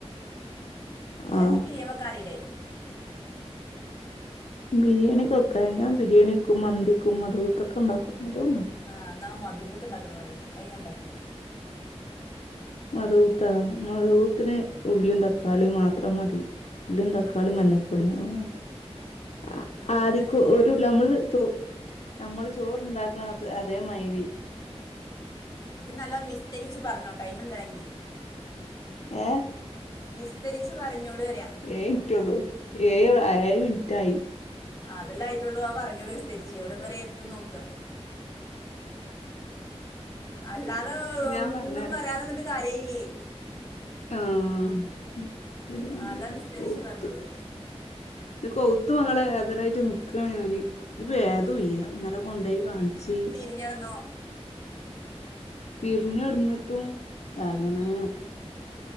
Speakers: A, on the left (about 30°); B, on the left (about 80°).
A: ഉം, തനിക്ക്ബിരിയേവെക്കാറില്ലേ?
B: ആഹ് ബിരിയാണിക്കെ വെക്കാം ഞാൻ ബിരിയാണി വെക്കും മന്തി വെക്കും മദ്ഹൂത്തൊക്കെണ്ടാക്കും എല്ലതുണ്ടാക്കും
A: ആഹ് എന്നാ ആ മദ്ഹൂത്ത്ണ്ടാക്ക്ന്നെ പറയ് അത് ഞാൻ ഇണ്ടാക്കില്ല്യാ
B: മദ്ഹൂത്താ മദ്ഹൂത്ത്ന് ഉള്ളീം തക്കാളീം മാത്രം മതി ഉള്ളീം
A: ആ
B: തക്കാളീം
A: എന്നിട്ട്
B: മഞ്ഞ പൊടിയും മാത്രം <unintelligible>
A: എന്നിട്ട് എന്താ ചെയ്യാ
B: ഞമ്മള് ചോറ്ണ്ടാക്കണത് അതെ മാതിരി
A: ഇജ്ജ് നല്ലോം വിസ്തരിച്ച് പറഞ്ഞോ ടൈമുണ്ടങ്കി
B: ഏഹ്
A: വിസ്തരിച്ച് പറഞ്ഞോള് പറയാ
B: ഏയ് മിൻറ്റൊള്ളു ഏയ് ആ ഏയ് മിൻറ്റായി
A: ആഹ് അതല്ലേ ആയിട്ടൊള്ളൂ ആഹ് പറഞ്ഞോള് വിസ്തരിച്ച് എവിടം വരെ എത്തുന്ന് നോക്ക്വാ അല്ലാതെ
B: ഞാൻ
A: ഒന്നും
B: പറഞ്ഞരാ
A: പറയാതെ നിന്നിട്ട് കാര്യല്ലേ
B: ആഹ് <unintelligible>
A: ആഹ് എല്ലാം വിസ്തരിച്ച്
B: ഹൂത്ത്
A: പറഞ്ഞോളു
B: ന്റെ കൗത്ത്മൊകളേ വേദനായിട്ട് നിക്കാണ് ഞാന് ഒരു ഭേതൊയ്യാ
A: ഏ
B: ഇന്നലെ കൊണ്ടോയ് കാണിച്ച്
A: മിനിഞ്ഞാന്നോ
B: തിരിഞ്ഞ് കെടന്ന്ട്ടും വേദനേ